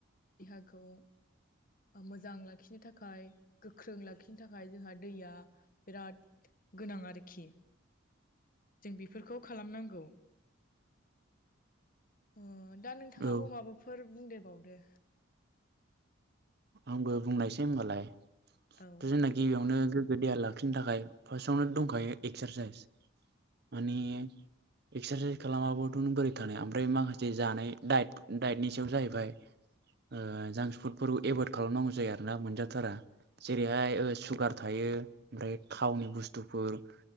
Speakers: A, on the left; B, on the right.
A: देहाखौ। मोजां लाखिनो थाखाय गोख्रों लाखिनो थाखाय जोंहा दैया बिराद गोनां आरोखि। जों बिफोरखौ खालामनांगौ ओ दा नोंथाङाबो
B: औ
A: माबाफोर बुंदेरबावदो।
B: आंबो बुंलायसै होनोमबालाय।
A: औ
B: जोंना गिबियावनो गोग्गो देहा लाखिनो थाखाय फार्स्टआवनो दंखायो एक्सारसाइस। माने एक्सारसाइस खालामाबोथ बोरै थानायानो ओमफ्राय माखासे जानाय दाइ दाइटनि सायाव जाहैबाय। ओ जांक फुडफोर एभयड खालामनांगौ जायो आरोना मोनजाथारा। जेरैहाय सुगार थायो ओमफ्राय थावनि बुस्थुफोर।